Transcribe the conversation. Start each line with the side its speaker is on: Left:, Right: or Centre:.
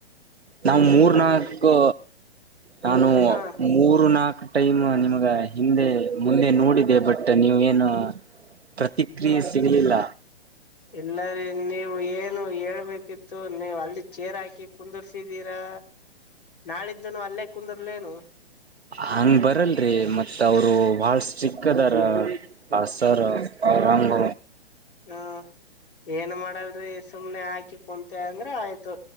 Right: ನಾವು ಮೂರ್
Left: ಅಲ್ಲಿ
Right: ನಾಲ್ಕು ನಾನು
Left: ಹ
Right: ಮೂರ್ ನಾಕು ಟೈಮ್ ನಿಮ್ಗ ಹಿಂದೆ ಮುಂದೆ ನೋಡಿದೆ ಬಟ್ ನೀವು ಏನು ಏನು ಪ್ರತಿಕ್ರಿಯೆ ಸಿಗ್ಲಿಲ್ಲ
Left: ಇಲ್ಲರಿೀ ನೀವು ಏನು ಹೇಳ್ಬೇಕಿತ್ತು ನೀವು ಅಲ್ಲಿ ಚೇರ್ ಹಾಕಿ ಕುಂದರ್ಸಿದ್ದೀರಾ ನಾಳಿದ್ದನು ಅಲ್ಲೇ ಕುಂದರ್ಲೇನು
Right: ಹಂಗ್ ಬರಲ್ರಿ ಮತ್ತ್ ಅವರು ಬಹಳ ಸ್ಟಿಕ್ ಅದಾರ ಬಾಸರ್ ಔರಂಗ
Left: ಹ್ಮ ಏನ್ ಮಾಡಲ್ರಿ ಸುಮ್ನೆ ಹಾಕಿ ಕುಂತೆ ಅಂದ್ರ ಆಯ್ತು